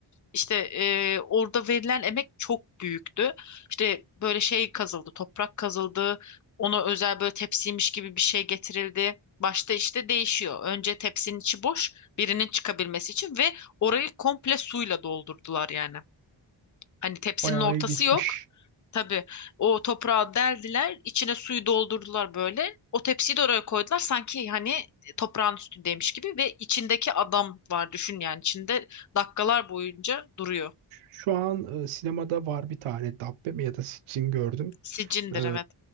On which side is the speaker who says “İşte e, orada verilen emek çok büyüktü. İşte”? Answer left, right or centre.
Left